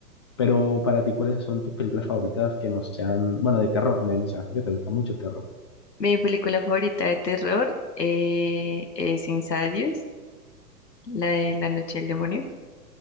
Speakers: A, on the left (about 20°); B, on the left (about 75°).
A: Pero para ti, ¿cuáles son tus películas favoritas que no sean, bueno, de terror? Me mencionaste que te gusta mucho el terror.
B: Mi película favorita de terror eh, es Insidious, la de La Noche del Demonio